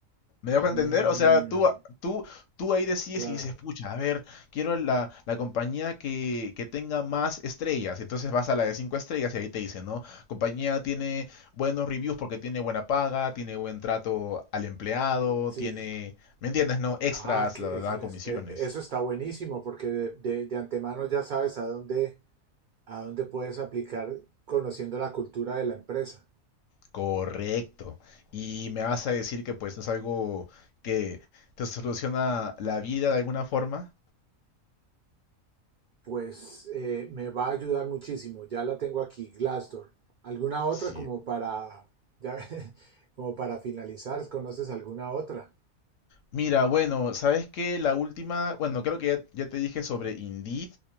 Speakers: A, on the left; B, on the right.
A: ¿Me dejo
B: mm,
A: entender? O sea, tú, tú, tú ahí decides
B: claro,
A: y dices, pucha, a ver, quiero la, la compañía que, que tenga más estrellas. Entonces vas a la de 5 estrellas y ahí te dice, ¿no? Compañía tiene buenos reviews porque tiene buena paga, tiene buen trato al empleado,
B: sí.
A: tiene, ¿me entiendes? No, extras,
B: Ah, que,
A: la verdad,
B: es- es-
A: comisiones.
B: e- e, eso está buenísimo porque de, de- de antemano ya sabes a dónde, a dónde puedes aplicar conociendo la cultura de la empresa.
A: Correcto. Y me vas a decir que pues no es algo que te soluciona la vida de alguna forma.
B: Pues eh, me va a ayudar muchísimo. Ya la tengo aquí, Glassdoor. ¿Alguna otra
A: Sí.
B: como para, ya, <laughs> como para finalizar? ¿Conoces alguna otra?
A: Mira, bueno, ¿sabes qué? La última, bueno, creo que ya, ya te dije sobre Indeed.